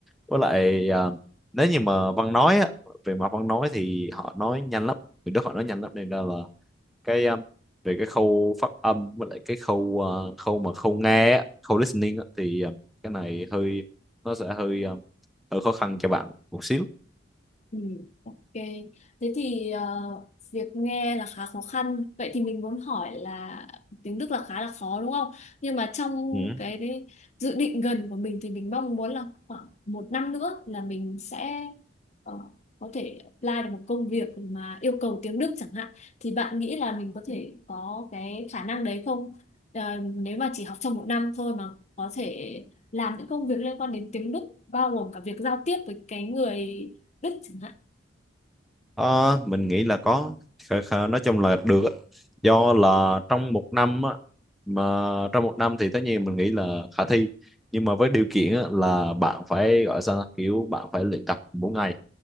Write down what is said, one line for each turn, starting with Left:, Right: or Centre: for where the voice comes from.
Centre: Với lại à, nếu như mà văn nói á, về mặt văn nói thì họ nói nhanh lắm. Người Đức họ nói nhanh lắm nên là cái um, về cái khâu phát âm với lại cái khâu ờ, khâu mà khâu nghe á, khâu listening á, thì um, cái này hơi nó sẽ hơi um, hơi khó khăn cho bạn một xíu
Left: Ừ, ok. Thế thì ờ, việc nghe là khá khó khăn. Vậy thì mình muốn hỏi là tiếng Đức là khá là khó đúng không? Nhưng mà trong
Centre: ừ.
Left: cái đấy, dự định gần của mình thì mình mong muốn là khoảng một năm nữa là mình sẽ ờ, có thể apply được một công việc mà yêu cầu tiếng Đức chẳng hạn. Thì bạn nghĩ là mình có thể có cái khả năng đấy không? Ờ, nếu mà chỉ học trong một năm thôi mà có thể làm những công việc liên quan đến tiếng Đức bao gồm cả việc giao tiếp với cái người Đức chẳng hạn
Centre: Ờ, mình nghĩ là có Khờ- khờ- nói chung là được á. do là trong một năm á, mà trong một năm thì tất nhiên mình nghĩ là khả thi nhưng mà với điều kiện á, là bạn phải gọi sao ta? kiểu bạn phải luyện tập mỗi ngày